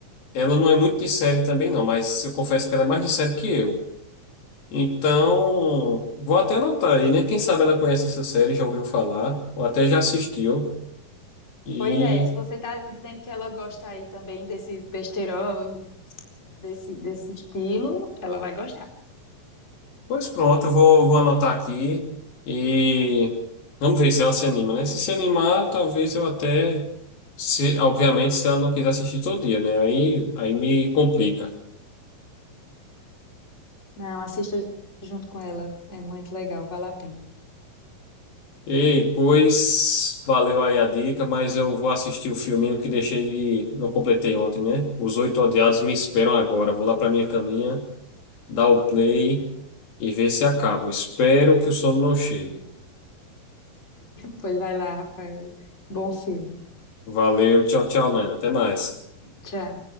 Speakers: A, on the left; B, on the left.
A: ela não é muito de série também não, mas eu confesso que ela é mais de série que eu. Então, vou até anotar aí, né? Quem sabe ela conhece essa série, já ouviu falar, ou até já assistiu. E,
B: Pois é, se você tá dizendo que ela gosta aí também desses besteirol, desse, desse estilo, ela vai gostar.
A: pois pronto, eu vou, vou anotar aqui e vamos ver se ela se anima, né? Se se animar, talvez eu até, se, obviamente, se ela não quiser assistir todo dia, né? Aí, aí me complica.
B: Não, assista junto com ela, é muito legal, vale a pena.
A: Ei, pois valeu aí a dica, mas eu vou assistir o filminho que deixei de. Não completei ontem, né? Os Oito Odiados me esperam agora. Vou lá pra minha caminha, dar o play e ver se acabo. Espero que o sono não chegue.
B: Pois vai lá, Rafael. Bom filme.
A: Valeu, tchau, tchau, Nana. Até mais.
B: Tchau.